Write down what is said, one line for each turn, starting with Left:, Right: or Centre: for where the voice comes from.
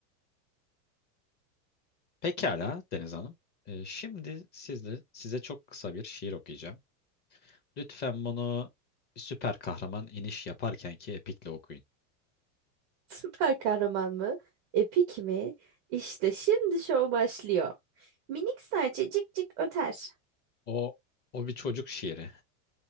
Left: Pekala Deniz Hanım. Ee, şimdi sizde, size çok kısa bir şiir okuyacağım. Lütfen bunu bir süper kahraman iniş yaparken ki epikle okuyun.
Right: Süper kahraman mı? Epik mi? İşte şimdi şov başlıyor. Minik serçe cik cik öter.
Left: O, o bir çocuk şiiri.